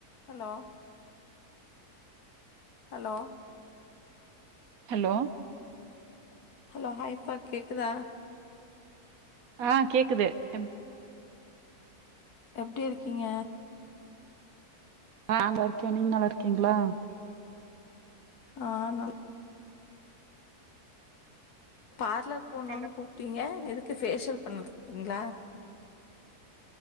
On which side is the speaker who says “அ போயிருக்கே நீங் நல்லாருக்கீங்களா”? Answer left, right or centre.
Right